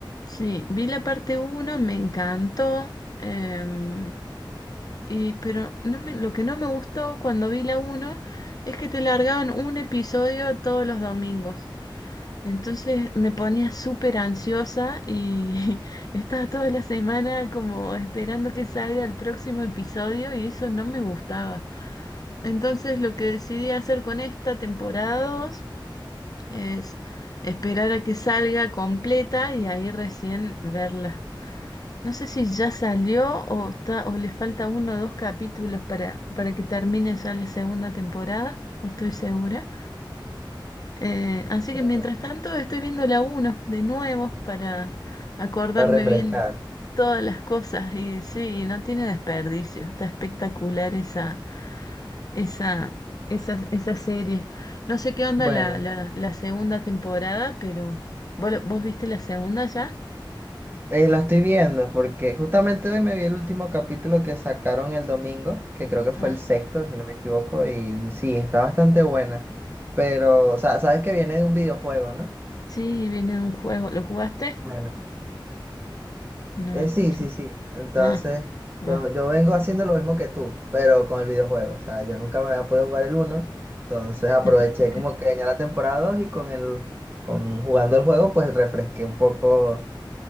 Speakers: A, on the left; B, on the right.
A: sí, vi la parte uno me encantó, em, Eh, pero no me, lo que no me gustó cuando vi la uno es que te largaban un episodio todos los domingos. Entonces me ponía súper ansiosa y <laughs> estaba toda la semana como esperando que salga el próximo episodio y eso no me gustaba. Entonces lo que decidí hacer con esta temporada 2 es esperar a que salga completa y ahí recién verla. No sé si ya salió o está, o le falta uno o dos capítulos para, para que termine ya la segunda temporada, no estoy segura. Eh, así
B: eh,
A: que mientras tanto estoy viendo la uno de nuevo para acordarme
B: para refrescar.
A: bien todas las cosas. Y sí, no tiene desperdicio, está espectacular esa, esa, esa, esa serie. No sé qué onda
B: Bueno,
A: la, la, la segunda temporada, pero ¿vos, lo- vos viste la segunda ya?
B: eh, la estoy viendo porque justamente hoy me vi el último capítulo que sacaron el domingo, que creo que fue
A: Ah,
B: el sexto, si no me equivoco, y sí, está bastante buena. Pero, o sea, sabes que viene de un videojuego, ¿no?
A: sí, viene un juego, ¿lo jugaste?
B: Bueno,
A: No,
B: Eh, sí, sí,
A: yo,
B: sí. Entonces,
A: ah, va.
B: yo, yo vengo haciendo lo mismo que tú, pero con el videojuego. O sea, yo nunca me había podido jugar el uno entonces
A: <laughs>
B: aproveché como que venía la temporada 2 y con el, con jugando el juego, pues refresqué un poco